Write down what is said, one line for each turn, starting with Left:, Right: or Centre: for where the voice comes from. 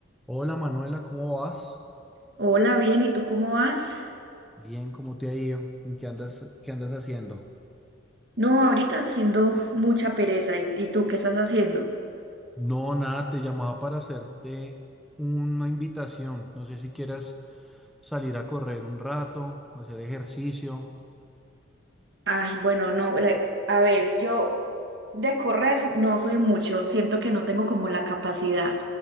Centre: Hola Manuela, ¿cómo vas?
Right: Hola, bien, ¿y tú cómo vas?
Centre: Bien, ¿cómo te ha ido? ¿En ¿Qué andas, qué andas haciendo?
Right: No, ahorita haciendo mucha pereza. ¿Y, y tú qué estás haciendo?
Centre: No, nada, te llamaba para hacerte una invitación. No sé si quieras salir a correr un rato, hacer ejercicio.
Right: Ay, bueno, no, o sea, a ver, yo de correr no soy mucho. Siento que no tengo como la capacidad